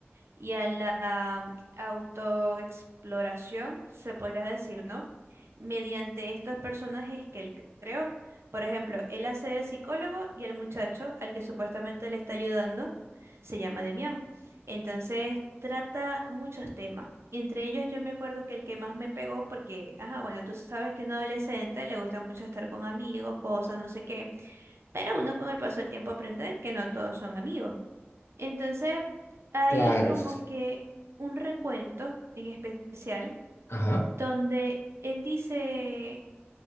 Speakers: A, on the right; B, on the left.
A: y a la ah, autoexploración, se podría decir, ¿no? Mediante estos personajes que él creó. Por ejemplo, él hace de psicólogo y el muchacho al que supuestamente le está ayudando se llama Demian. Entonces, trata muchos temas. Entre ellos, yo me acuerdo que el que más me pegó, porque, ajá, bueno, tú sabes que un adolescente le gusta mucho estar con amigos, cosas, no sé qué. Pero uno con el paso del tiempo aprende que no todos son amigos. Entonces, hay
B: Claro.
A: como
B: sí.
A: que un recuento en especial
B: Ajá.
A: donde él dice,